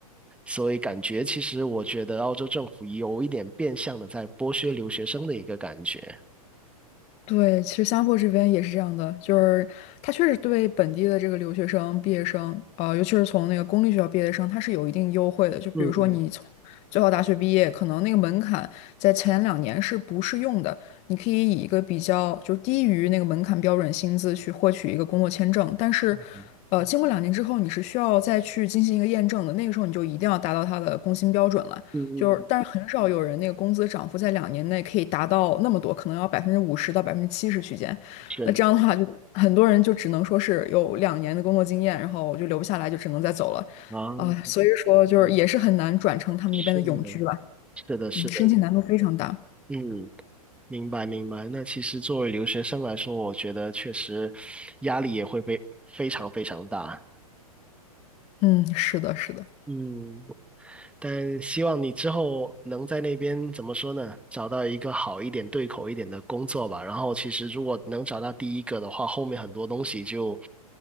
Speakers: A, in the centre; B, on the left.
A: 所以感觉其实我觉得澳洲政府有一点变相的在剥削留学生的一个感觉。
B: 对，其实新加坡这边也是这样的，就是他确实对本地的这个留学生、毕业生，呃，尤其是从那个公立学校毕业生，他是有一定优惠的。就比如说你从最好大学毕业，
A: 嗯嗯
B: 可能那个门槛在前两年是不适用的，你可以以一个比较就是低于那个门槛标准薪资去获取一个工作签证，但是，
A: 嗯
B: 呃，经过两年之后，你是需要再去进行一个验证的，那个时候你就一定要达到他的工薪标准了。
A: 嗯嗯，
B: 就是，但是很少有人那个工资涨幅在两年内可以达到那么多，可能要百分之五十到百分之七十区间。
A: 是
B: 那这样的话就，很多人就只能说是有两年的工作经验，然后就留不下来，就只能再走了。
A: 啊，
B: 啊、所以说就是也是很难转成他们那边的永居吧。
A: 是是的，是的，
B: 嗯，申请难度非常大。
A: 嗯，明白明白。那其实作为留学生来说，我觉得确实压力也会非非常非常大。
B: 嗯，是的，是的。
A: 嗯，但希望你之后能在那边怎么说呢？找到一个好一点、对口一点的工作吧。然后，其实如果能找到第一个的话，后面很多东西就